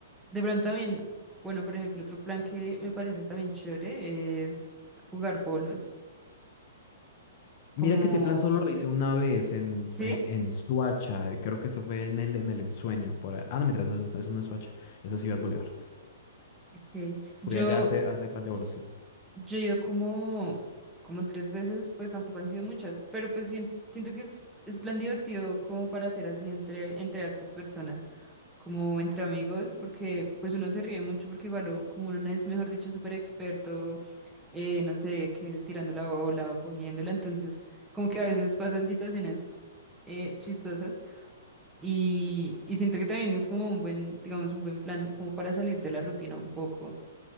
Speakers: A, in the centre; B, on the left (about 35°).
A: de pronto también, bueno, por ejemplo, otro plan que me parece también chévere es jugar bolos, como,
B: Mira que ese plan solo lo hice una vez en,
A: ¿sí?
B: en, en Suacha, creo que eso fue en el, en el ensueño. Por ahí. Ah, no, mientras no, eso no es Suacha, eso es Ciudad Bolívar.
A: Ok, yo,
B: Fui allá a ese, a ese plan de bolos, sí.
A: yo he ido como, como tres veces, pues tampoco han sido muchas, pero pues sien- siento que es, es plan divertido como para hacer así entre, entre hartas personas, como entre amigos, porque pues uno se ríe mucho porque igual o- como uno no es, mejor dicho, súper experto eh, no sé, que tirando la bola o cogiéndola. Entonces, como que a veces pasan situaciones eh, chistosas y, y siento que también es como un buen, digamos, un buen plan, como para salir de la rutina un poco.